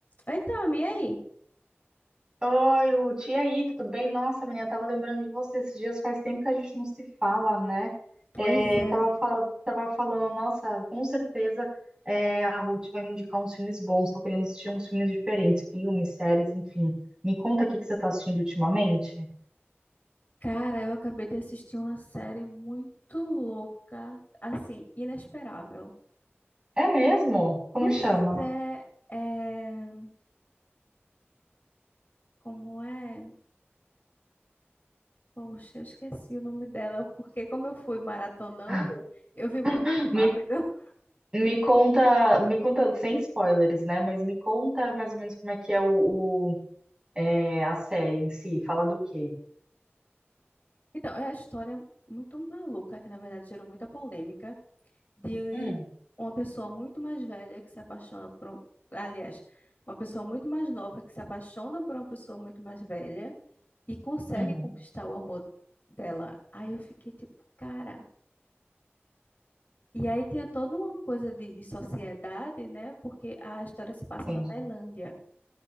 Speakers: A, on the left; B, on the right.
A: Então, e aí?
B: Oi, Ruth, e aí, tudo bem? Nossa, menina, tava lembrando de você esses dias, faz tempo que a gente não se fala, né?
A: Pois
B: É,
A: é.
B: tava, fal- tava falando, nossa, com certeza é, a Ruth vai me indicar uns filmes bons, tô querendo assistir uns filmes diferentes, filmes, séries, enfim. Me conta o que que você tá assistindo ultimamente.
A: Cara, eu acabei de assistir uma série muito louca, assim, inesperável.
B: É mesmo? Como
A: Pois
B: chama?
A: é, é... Como é? Poxa, eu esqueci o nome dela, porque como eu fui maratonando,
B: <laughs>
A: eu vi muito
B: Me,
A: rápido. <laughs>
B: me conta, me conta, sem spoilers, né? Mas me conta mais ou menos como é que é o, o- é, a série em si, fala do quê?
A: Então, é a história muito maluca, que na verdade gerou muita polêmica, de
B: Hum,
A: uma pessoa muito mais velha que se apaixona por... um- Aliás, uma pessoa muito mais nova que se apaixona por uma pessoa muito mais velha. e consegue
B: uhum,
A: conquistar o amor dela. Aí eu fiquei tipo, cara. E aí tem toda uma coisa de, de sociedade, né? Porque a história se passa
B: sim.
A: na Tailândia.